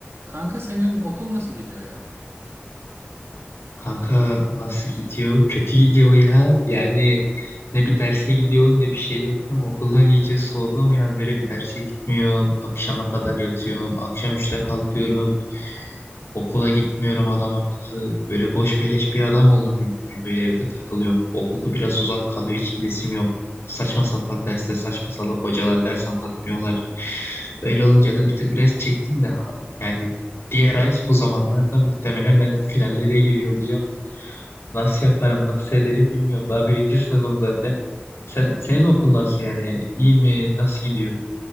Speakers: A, on the right; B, on the left.
A: Kanka senin okul nasıl gidiyor ya?
B: Kanka nasıl gidiyor? Kötü gidiyor ya. Yani ne bir derse gidiyorum ne bir şey yapıyorum. Okuldan iyice soğudum ya. Böyle bir derse gitmiyorum. Akşama kadar yatıyorum. Akşam üçte kalkıyorum. Okula gitmiyorum adam akıllı. Böyle boş beleş bir adam oldum gibi. Böyle evde takılıyorum. Okulda biraz uzak kalıyor. Hiç gidesim yok. Saçma sapan derste saçma salak hocalar ders anlatmıyorlar. Öyle olunca da bir tık rest çektim de ha- yani diğer ay bu zamanlarda muhtemelen ben finallere giriyor olacağım. Nasıl yaparım, nasıl ederim bilmiyorum. Daha birinci sınıfım zaten. Sen, senin okul nasıl yani? İyi mi? Nasıl gidiyor?